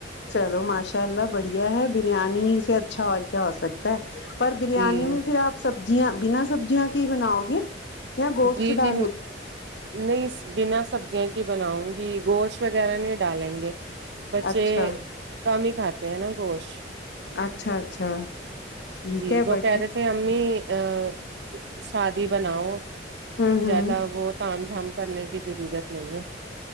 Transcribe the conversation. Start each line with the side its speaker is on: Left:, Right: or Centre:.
Left: چلو ماشاءاللہ بڑھیا ہے بریانی سے اچھا اور کیا ہو سکتا پر بریانی
Right: جی
Left: میں پھر آپ سبزیاں بنا سبزیاں کے ہی بناؤ گے یا گوشت
Right: جی
Left: ڈالو
Right: جی نہیں بنا سبزیاں کی بناؤں گی گوشت وغیرہ نہیں ڈالیں گے
Left: گے؟
Right: بچے
Left: اچھا
Right: کم ہی کھاتے ہیں نا گوشت
Left: اچھا اچھا ٹھیک
Right: جی
Left: ہے
Right: وہ
Left: بڑھیا
Right: کہہ رہے تھے امی ا سادی بناؤ
Left: ہوں ہوں
Right: زیادہ وہ تام جھام کرنے کی ضرورت نہیں ہے